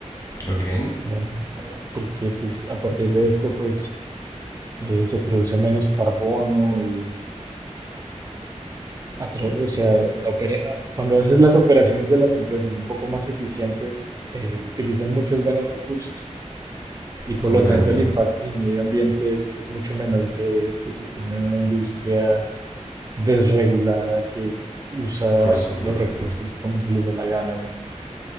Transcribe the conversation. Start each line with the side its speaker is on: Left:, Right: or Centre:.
Left: Ok,
Right: ¿ya? Eh, Porque pues, a partir de esto pues, eh, se produce menos carbono y, a tra- o sea, la opera- cuando haces las operaciones de las empresas un poco más eficientes, eh, utilizan muchos menos recursos. y por
Left: comprendo,
Right: lo tanto el impacto en el medio ambiente es, es mucho menor que, que si tienen una industria desregulada que usa
Left: por supuesto.
Right: los recursos como se les da la gana y